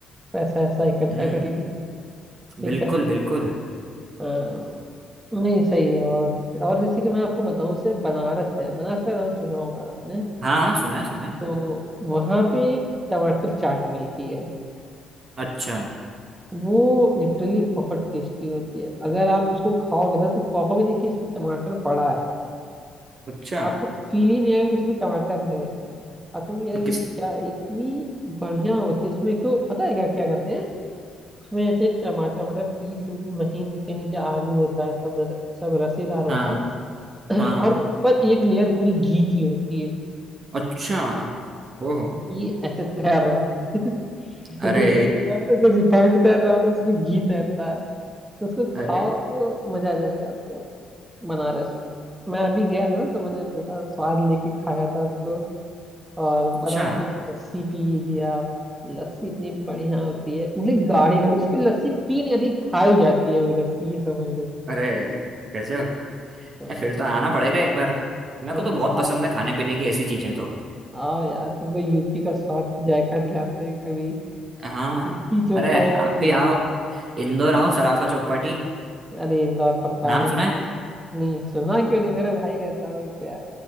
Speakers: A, on the right; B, on the right.
A: पैसा ऐसा इकट्ठा
B: हम्म
A: कर ले ठीक
B: बिल्कुल
A: है
B: बिल्कुल
A: हाँ, नहीं सही है और और जैसे कि मैं आपको बताऊं इससे बनारस है बनारस का नाम सुना होगा आपने
B: हाँ हाँ सुना है सुना है
A: तो वहां पे एक टमाटर चाट मिलती है
B: अच्छा
A: वो लिटरली बहुत टेस्टी होती है अगर आप उसको खाओगे ना तो कहोगे नहीं कि इसमें टमाटर पड़ा है
B: अच्छा
A: आपको फील ही नहीं आएगा कि इसमें टमाटर है आप कहोगे यार
B: तो किस
A: ये क्या इतनी बढ़िया होती है उसमें एक तो पता है क्या क्या करते हैं उसमें ऐसे टमाटर टमाटर पीस के महीन से नीचे आलू होता है सब सब रसेदार होता
B: हाँ
A: है
B: हाँ
A: <clears throat>
B: हाँ
A: और ऊपर एक लेयर पूरी घी की होती है
B: अच्छा ओहो
A: घी ऐसे तैर रहा होता है
B: अरे
A: जैसे कई जगह होता है जैसे रिफाइंड तैर रहा होता है उसमें घी तैरता है तो उसको खाओ
B: अरे
A: तो मजा आ जाएगा आपको बनारस मैं अभी गया था ना तो मैंने पूरा स्वाद लेके खाया था उसको और
B: अच्छा
A: बनारस में लस्सी पीजिए आप लस्सी इतनी बढ़िया होती है मतलब गाढ़ी गाढ़ी- उसको लस्सी पी नहीं आती खाई जाती है वो लस्सी ये समझ लो
B: अरे गजब
A: हाँ
B: ए, फिर तो आना पड़ेगा एक बार मेरे
A: भाई
B: को तो बहुत
A: आओ
B: पसंद है खाने पीने की ऐसी चीजें तो
A: आओ यार तुमको यूपी का स्वाद जायका दिलाते हैं कभी
B: हाँ
A: लिट्टी चोखा
B: अरे
A: यार खिलाते
B: आप भी आओ इंदौर आओ सराफा चौपाटी
A: हैं। अरे इंदौर पक्का
B: नाम
A: आएंगे
B: सुना है
A: नहीं सुना क्यों नहीं मेरा भाई रहता है वहीं पे यार